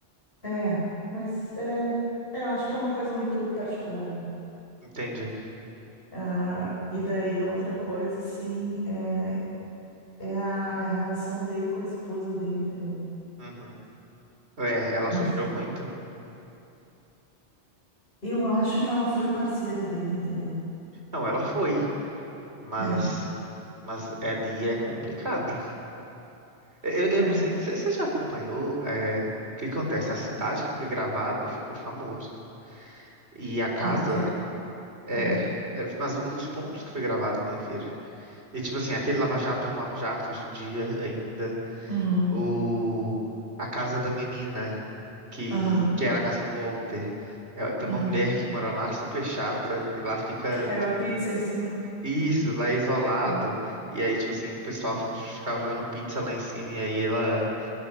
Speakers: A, on the left (about 60°); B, on the right (about 80°).
A: É, mas é, é, eu acho que é uma coisa muito particular, né?
B: Entendi.
A: Ah, e daí a outra coisa, assim, é, é, a, é a relação dele com a esposa dele, entendeu?
B: Uhum. É, ela
A: Nossa,
B: sofreu muito.
A: Eu acho que ela foi parceira dele, entendeu?
B: Não, ela foi, mas
A: É,
B: mas ali é complicado. Eu, eu
A: é.
B: não sei, você você já acompanhou é, o que que acontece? A cidade que foi gravado ficou famoso. E a casa
A: Albuquerque?
B: é,
A: Aham.
B: é, mas os pontos que foi gravado, me refiro. E tipo assim, aquele Lava Jato é um Lava Jato hoje em dia ainda.
A: Uhum,
B: O... A casa da menina, que,
A: aham,
B: que era a casa do Walter. É, tem
A: uhum.
B: uma mulher que mora lá, super chata, e lá fica
A: Que caiu a pizza em cima.
B: isso, lá é isolado.
A: né?
B: E aí, tipo assim, o pessoal fi- ficava jogando pizza lá em cima, e aí ela.